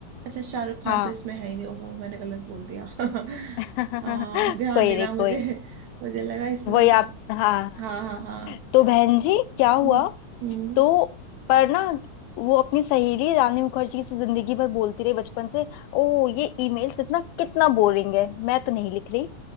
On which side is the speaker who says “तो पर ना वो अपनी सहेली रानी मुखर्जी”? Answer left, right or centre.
Left